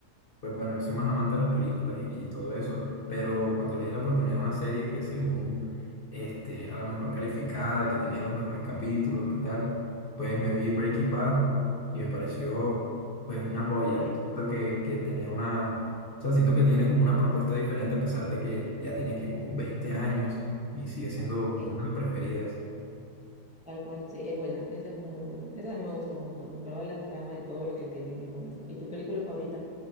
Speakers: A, on the left (about 40°); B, in the centre.
A: pues bueno, yo soy más amante de las películas y, y todo eso, pero cuando le di la oportunidad a una serie que según este, era la mejor calificada, que tenía los mejores capítulos, qué tal, pues me vi Breaking Bad y me pareció pues una joya.
B: Sí,
A: Siento que, que tenía una, o sea, siento que tiene como una propuesta diferente a pesar de que ya tiene que como 20 años y sigue siendo una
B: sí.
A: de las preferidas.
B: Tal cual, sí, es buena, esa es muy buena. Esa a mí me gustó un montón. En verdad, la trama y todo lo que tienen es buena. esa. ¿Y tu película favorita?